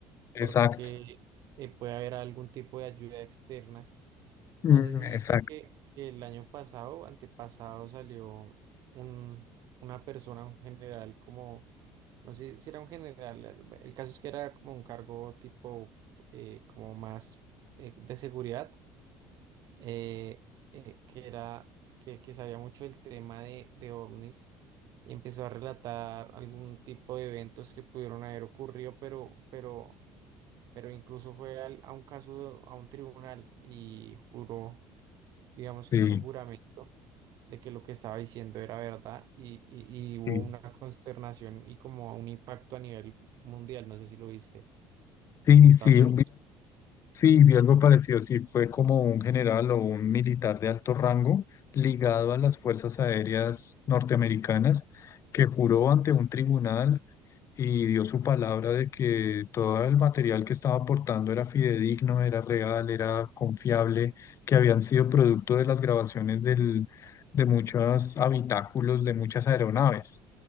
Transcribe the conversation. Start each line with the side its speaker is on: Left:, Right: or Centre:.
Left: exacto,
Right: porque eh, puede haber algún tipo de ayuda externa. No
Left: mm,
Right: sé si viste
Left: exacto,
Right: que que el año pasado, antepasado, salió un, una persona, un general, como, no sé si era un general, el caso es que era como un cargo tipo, eh, como más eh, de seguridad, eh, eh, que era, que, que sabía mucho del tema de, de ovnis y empezó a relatar algún tipo de eventos que pudieron haber ocurrido, pero, pero, pero incluso fue al- a un caso, a un tribunal y juró, digamos que
Left: sí,
Right: hizo juramento de que lo que estaba diciendo era verdad y, y, y hubo
Left: sí,
Right: una consternación y como un impacto a nivel mundial, no sé si lo viste,
Left: sí,
Right: en Estados
Left: sí,
Right: Unidos.
Left: Sí, vi algo parecido, sí, fue como un general o un militar de alto rango ligado a las Fuerzas Aéreas norteamericanas que juró ante un tribunal y dio su palabra de que todo el material que estaba aportando era fidedigno, era real, era confiable, que habían sido producto de las grabaciones del, de muchos habitáculos de muchas aeronaves,